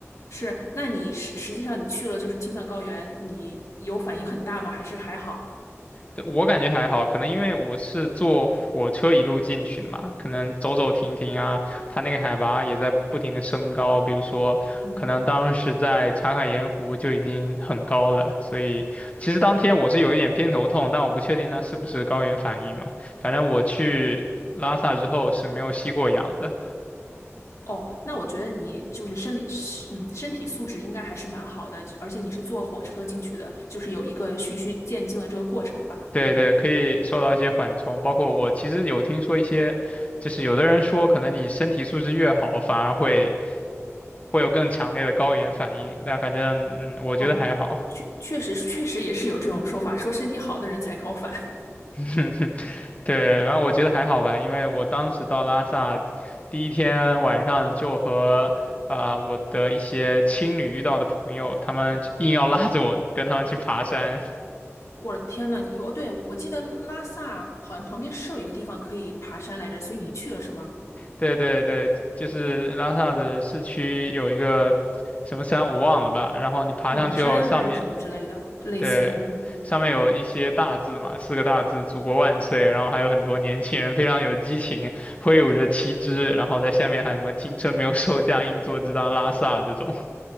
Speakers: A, on the left; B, on the left.
A: 是，那你实实际上你去了就是青藏高原，你有反应很大吗？还是还好？
B: 对我感觉还好，可能因为我是坐火车一路进去的嘛，可能走走停停啊，它那个海拔也在不停的升高。比如说，
A: 嗯
B: 可能当时在茶卡盐湖就已经很高了，所以其实当天我是有一点偏头痛，
A: 嗯。
B: 但我不确定那是不是高原反应嘛。反正我去拉萨之后是没有吸过氧的。
A: 哦，那我觉得你就是生理，是嗯，身体素质应该还是蛮好的，而且你是坐火车进去的，就是有一个循序渐进的这个过程吧。
B: 对对，
A: 嗯。
B: 可以受到一些缓冲，包括我其实有听说一些，就是有的人说，可能你身体素质越好，反而会会有更强烈的高原反应，但反正嗯，我觉得还好。
A: 哦，确确实确实也是有这种说法，说身体好的人才高反。
B: <laughs> 对，然后我觉得还好吧，因为我当时到拉萨第一天晚上就和啊、我的一些青旅遇到的朋友，他们硬要拉着我跟他们去爬山。
A: <laughs> 我的天呐，你哦，对，我记得拉萨好像旁边是有一个地方可以爬山来着，所以你去了是吗？
B: 对对对，就是拉萨的市区有一个什么山我忘了吧，然后你爬上去后，
A: 顶山还是什么之类的，
B: 上面
A: 类似，
B: 对，
A: 嗯，
B: 上面有一些大字嘛，四个大字“祖国万岁”，然后还有很多年轻人非常有激情，挥舞着旗帜，然后在下面喊什么“青春没有售价，硬座直达拉萨”这种。